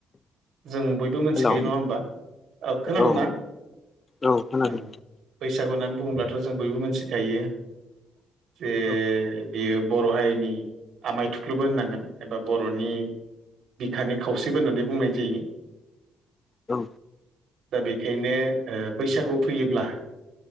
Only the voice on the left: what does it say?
हेलौ
औ औ खोनादों
औ
औ